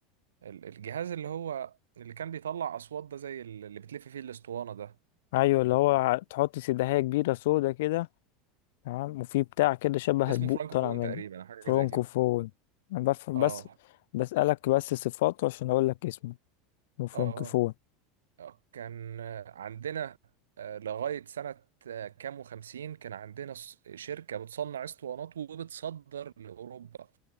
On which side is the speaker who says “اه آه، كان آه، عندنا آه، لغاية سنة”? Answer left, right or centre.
Right